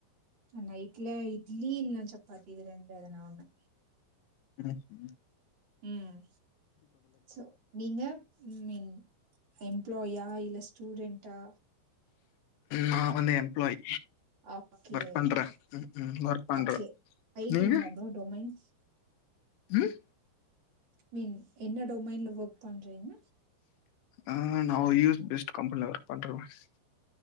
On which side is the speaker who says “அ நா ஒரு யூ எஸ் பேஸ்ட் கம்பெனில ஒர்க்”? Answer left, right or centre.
Left